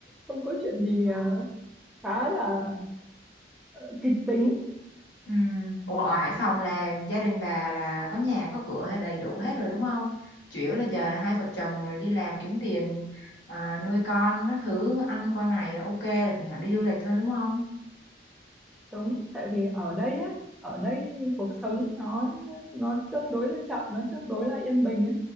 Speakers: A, in the centre; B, on the left.
A: không có chuyện gì ờ, khá là ờ, kịch tính
B: Ừ. Ủa ở Hải Phòng là gia đình bà là có nhà có cửa hay đầy đủ hết rồi đúng không? Chủ yếu là giờ là hai vợ chồng rồi đi làm kiếm tiền à, nuôi con các thứ ăn qua ngày là ok là thỉnh thoảng đi du lịch thôi đúng không?
A: đúng tại vì ở đây á ở đây cuộc sống nó nó tương đối là chậm nó tương đối là yên bình á